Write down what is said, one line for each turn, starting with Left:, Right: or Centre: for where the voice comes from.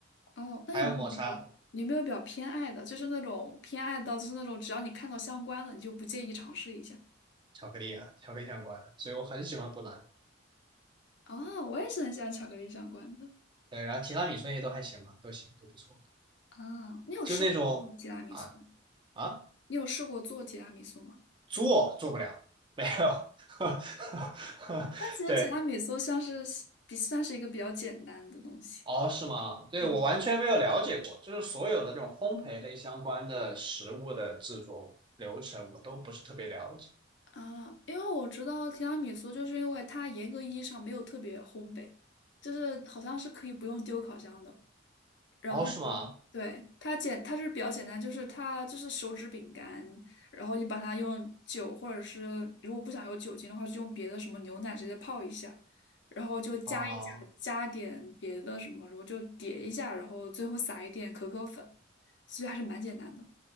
Left: 哦，那有没有比较有没有比较偏爱的？
Right: 还有抹茶、
Left: 就是那种偏爱到就是那种只要你看到相关的，你就不介意尝试一下。
Right: 巧克力啊，巧克力相关的，所以我很喜欢布朗尼
Left: 哦，我也是很喜欢巧克力相关的。
Right: 对，然后提拉米苏那些都还行吧，都行，都不错。
Left: 啊，你有试过做提拉米苏吗？
Right: 就那种啊啊。
Left: 你有试过做提拉米苏吗？
Right: 做做不了，没有。<laughs>
Left: 但其实提拉米苏像是比算是一个比较简单的东西。
Right: 对，哦，是吗？对，
Left: 对
Right: 我完全没有了解过，就是所有的这种烘焙类相关的食物的制作流程，我都不是特别了解。
Left: 啊，因为我知道提拉米苏，就是因为它严格意义上没有特别烘焙，就是好像是可以不用丢烤箱的。然后
Right: 哦，是吗？
Left: 对它简，它是比较简单，就是它就是手指饼干，然后你把它用酒或者是如果不想有酒精的话，就用别的什么牛奶直接泡一下，然后就加一加加点别的什么，
Right: 哦，
Left: 然后就叠一下，然后最后撒一点可可粉，其实还是蛮简单的。